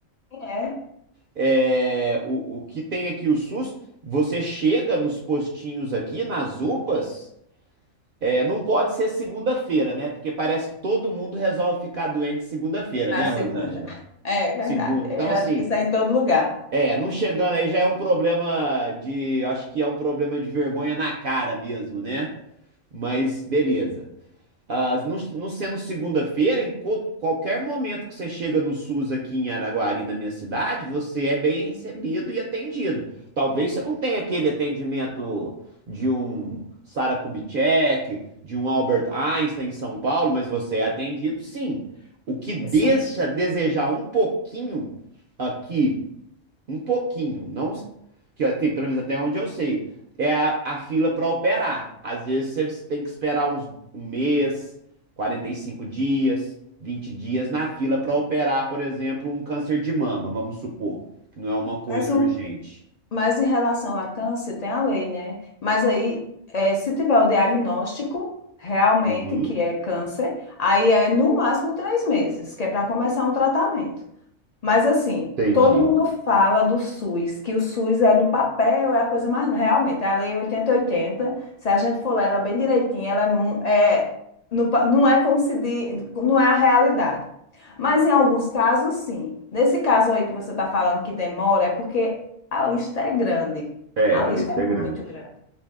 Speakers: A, on the left (about 50°); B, on the right (about 60°).
A: Quem é?
B: é, o, o que tem aqui o SUS, você chega nos postinhos aqui, nas UPAs, é, não pode ser segunda-feira, né? Porque parece que todo mundo resolve ficar doente segunda-feira,
A: A
B: né,
A: segunda.
B: Rosângela?
A: É verdade,
B: Segunda.
A: eu
B: Então, assim,
A: acho que isso é em todo lugar.
B: é, não chegando aí já é um problema de, acho que é um problema de vergonha na cara mesmo, né? Mas beleza. Ah, não, não sendo segunda-feira, em co- qualquer momento que você chega no SUS aqui em Araguari, na minha cidade, você é bem recebido e atendido. Talvez você não tenha aquele atendimento de um Sara Kubitschek, de um Albert Einstein em São Paulo, mas você é atendido sim. O que deixa
A: É sim.
B: a desejar um pouquinho aqui um pouquinho, não que eu- tem pelo menos até onde eu sei. É a, a fila para operar. Às vezes você tem que esperar uns um mês, 45 dias, 20 dias na fila para operar, por exemplo, um câncer de mama, vamos supor, que não é uma coisa
A: Mas, o,
B: urgente.
A: mas em relação a câncer, tem a lei, né? Mas aí, é, se tiver o diagnóstico realmente
B: Uhum,
A: que é câncer, aí é no máximo três meses, que é para começar um tratamento. Mas assim,
B: entendi.
A: todo mundo fala do SUS, que o SUS é no papel, é a coisa mais. Realmente, é a Lei oitenta e oitenta, se a gente for ler ela bem direitinho, ela é, mu- é, no pa- não é como se diz, não é a realidade. Mas em alguns casos, sim. Nesse caso aí que você está falando que demora, é porque a lista é grande.
B: É,
A: A
B: a
A: lista
B: lista
A: é muito
B: é grande.
A: grande,